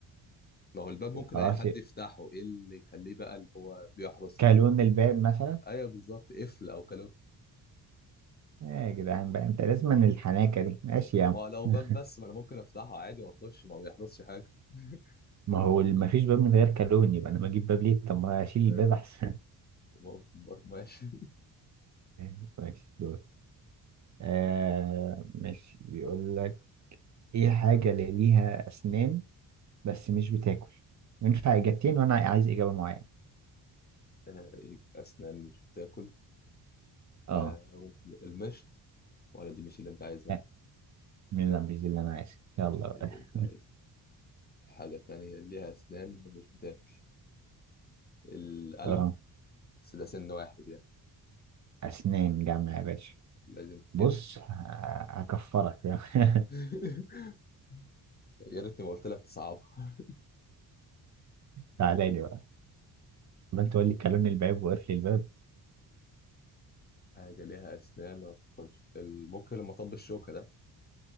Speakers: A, on the left; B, on the right.
A: ما هو الباب ممكن
B: خلاص
A: اي حد يفتحه ايه اللي يخليه بقى اللي هو بيحرس
B: كلون الباب مثلا
A: ايوه بالظبط قفل او كلو
B: يا جدعان بقى انت لازم من الحناكه دي ماشي يا عم
A: ما هو لو
B: <laughs>
A: باب بس ما انا ممكن افتحه عادي واخش ما هو بيحرسش حاجه <laughs>
B: ما هو ما فيش باب من غير كالون يبقى انا ما اجيب باب ليه طب ما اشيل
A: آه،
B: الباب احسن
A: م- م- ماشي
B: <laughs> ماشي دول آه ماشي بيقول لك ايه الحاجه اللي ليها اسنان بس مش بتاكل وينفع اجابتين وانا عايز اجابه معينه
A: آه، إيه، اسنان مش بتاكل
B: اه
A: آه، المشط ولا دي مش اللي انت عايزها
B: لا، من لا مش دي اللي انا عايز يلا
A: قلت
B: بقى
A: اللي انت
B: <laughs>
A: عايزها حاجه تانية ليها اسنان ومش بتاكل القلم
B: اه
A: بس ده سن واحد يعني
B: اسنان جامعه يا باشا
A: لازم كتير
B: بص ه- هكفرك <laughs>
A: <laughs> يا ريتني ما قلت لك تصعبها
B: تعالى لي بقى عمال تقول لي كلون الباب وقفل الباب
A: حاجة ليها أسنان ما بتاكلش الموك اللي مطب الشوكة ده